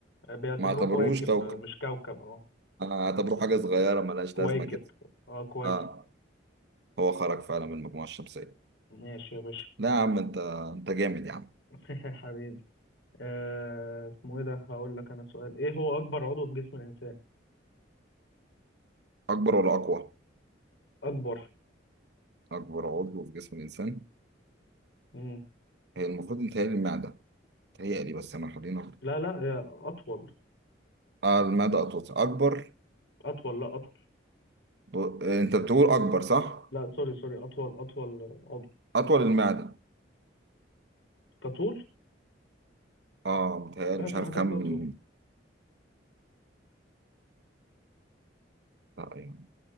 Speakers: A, on the left (about 80°); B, on the right (about 60°).
A: آه، بيعتبروه
B: ما اعتبروهوش
A: كويكب
B: كوكب
A: آه، مش كوكب أه
B: آه، اعتبروه حاجة صغيرة ملهاش
A: كويكب
B: لازمة كده
A: أه كويكب
B: اه هو خرج فعلا من المجموعة الشمسية
A: ماشي يا باشا
B: لا يا عم انت انت جامد يا عم
A: <laughs> حبيبي آه، اسمه إيه ده هقول لك أنا سؤال إيه هو أكبر عضو في جسم الإنسان
B: اكبر ولا اقوى
A: أكبر
B: اكبر عضو في جسم الانسان
A: مم.
B: هي المفروض متهيألي المعده متهيألي بس انا خلينا
A: لا لا آه، أطول
B: اه المعده اطول اكبر
A: اطول لا اطول
B: ب... انت بتقول اكبر صح
A: لا سوري سوري اطول اطول عضو
B: اطول المعده
A: كطول
B: اه متهيألي
A: لا
B: مش
A: في
B: عارف
A: حاجات
B: كام
A: اطول
B: لا يعني